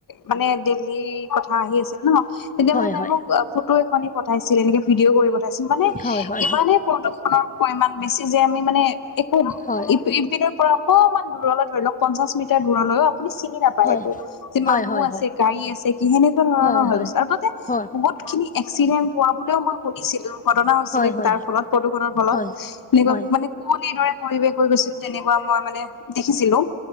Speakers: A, on the left; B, on the left.
A: মানে দিল্লীৰ কথা আহি আছিল ন তেতিয়া
B: হয়
A: মানে তাই
B: হয়
A: মোক ফটো এখনি পঠাইছিল এনেকে ভিডিঅ' কৰি পঠাইছিল মানে
B: হয় হয়
A: ইমানে প্ৰদূষৰ পৰিমাণ বেছি যে আমি মানে একো
B: হয়
A: ইপিনৰৰ পৰা অকণমান দূৰলৈ ধৰি লও পঞ্চাশ মিটাৰ দূৰলৈয়ো আপুনি চিনি নাপ পায়
B: হয়
A: একো যে
B: হয়
A: মানুহ
B: হয়
A: আছে গাড়ী আছে কি সেনেকুৱা ধৰণৰ
B: হয় হয় হয়
A: হৈ আৰু ততে
B: হয়
A: বহুত খিনি এক্সিডেন্ট হোৱা বুলিও মই শুনিছিলো। ঘটনা হৈছিলে
B: হয় হয়
A: তাৰ ফলত প্ৰদূষণৰ ফলত
B: হয়
A: এনেকুৱা মানে। কুঁৱলী দৰে পৰিৱেশ হৈ গৈছিল তেনেকুৱা মই মানে দেখিছিলোঁ।